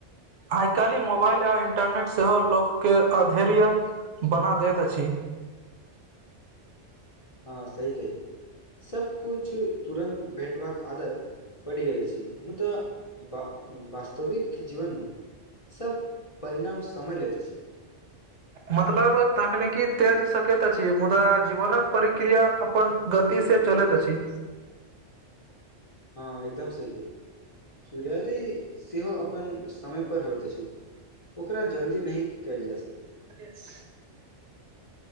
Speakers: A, on the right (about 70°); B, on the left (about 35°).
A: आइकाल्हि मोबाइल आ इंटरनेट सेहो लोककेँ आधैर्य। बना दैत अछि
B: हँ सही कह ले सब कुछु तुरन्त भेटबाक आदत पड़ गेल अछि मुदा तऽ वास्तविक जीवनमे सब परिणाम समय लेैते छी
A: मतलब तकनीकी तेज सकेैत छी मुदा जीवनक परिक्रिया अपन गति से चलैत अछि
B: हँ एकदम सही केले सूर्योदय सेहो अपन समय पर होइत अछि ओकरा जल्दी नहि कयल जा सकत
A: येस